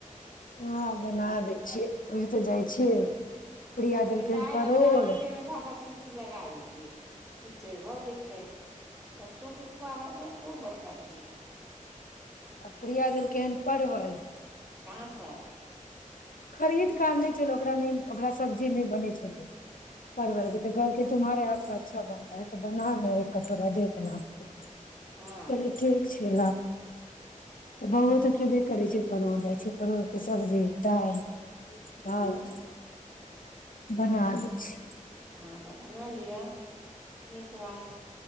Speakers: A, on the left; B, in the centre.
A: हँ बना दै छियै ओह तऽ जाइ छियै प्रिया
B: कनि
A: देलखिन
B: दाल
A: परोड़
B: आ चावल
A: आ
B: खेमे धब सी कुटटी लगा देतीै खिचड़ भऽ जेत है बच्चो के खुआबा मे कोन बड़का चीज
A: आ प्रिया देलकै हन परवल
B: कहाँ सँ
A: खरीद कऽ आने छलै ओकरा नहि ओकरा सब्जी नहि बनै छलै परवलके कहलके तुम्हारारे हाथ अच्छानता ह त बनााना एक कटोरा दे देना आपको
B: हँ
A: कहले ठीक छै ला तऽ
B: हँ
A: बौओ तऽ खेबे करै छै परोड़ जाइ छै परोड़के सब्जी दालि भात
B: हँ
A: बना दै छियै
B: अहाँ तऽ बना लिअ नीक बात